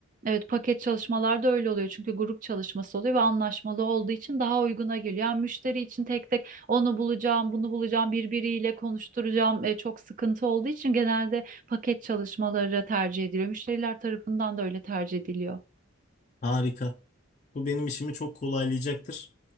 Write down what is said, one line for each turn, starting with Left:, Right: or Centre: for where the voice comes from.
Right: Evet paket çalışmalarda öyle oluyor çünkü grup çalışması oluyor ve anlaşmalı olduğu için daha uyguna geliyor. Yani müşteri için tek tek onu bulacağım, bunu bulacağım, birbiriyle konuşturacağım e, çok sıkıntı olduğu için genelde paket çalışmaları tercih ediliyor. Müşteriler tarafından da öyle tercih ediliyor.
Left: Harika. Bu benim işimi çok kolaylayacaktır.